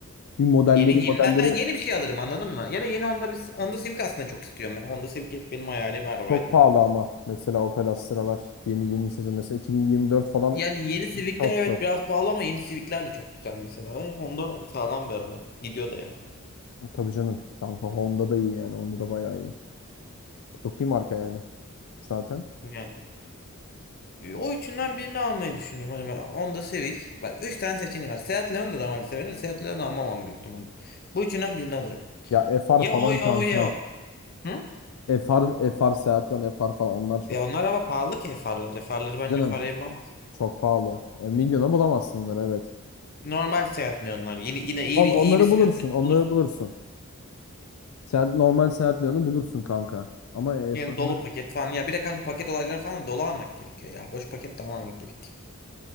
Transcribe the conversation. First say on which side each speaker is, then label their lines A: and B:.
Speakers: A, on the left (about 80°); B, on the left (about 45°).
A: Bir modelleri
B: Yeni yenilerden
A: modelleri
B: yeni bir şey alırım anladın mı? Ya da yeni Honda, bir- Honda Civic aslında çok istiyorum ben. Honda Civic hep benim hayalim arabaydı.
A: çok pahalı ama mesela Opel Astra'lar yeni yeni sezon mesela 2024 falan
B: Yani yeni Civic'ler
A: çok
B: evet
A: zor.
B: biraz pahalı ama yeni Civic'ler de çok güzel mesela. Ya Honda sağlam bir araba. Gidiyor da yani.
A: Tabii canım. Kanka Honda da iyi yani. Honda da bayağı iyi. Çok iyi marka yani zaten.
B: Yani e, o üçünden birini almayı düşünürüm. Hani ben Honda Civic. Bak üç tane seçeneği var. Seat Leon'da da normalde severim. de Seat Leon'u almam ama büyük ihtimalle. Bu üçünden birini alırım.
A: Ya FR
B: Ya
A: falan
B: o
A: kanka.
B: ya o ya o. Hı?
A: FR, FR Seat Leon, FR falan onlar çok.
B: Ya onlar ama pahalı ki farlar. Farları bence
A: Canım
B: o parayı bulamaz.
A: çok pahalı. Yani milyona bulamazsın onları evet.
B: Normal seyahatle onlar. Yine yine iyi
A: On,
B: bir
A: onları
B: iyi bir seyahatle
A: bulursun. Onları
B: bulur.
A: bulursun. Seat, normal Seat Leon'u bulursun kanka. Ama FR'ı
B: Yani dolu paket falan. Ya bir de kanka paket olayları falan da dolu almak gerekiyor ya. Boş paket de almamak gerek.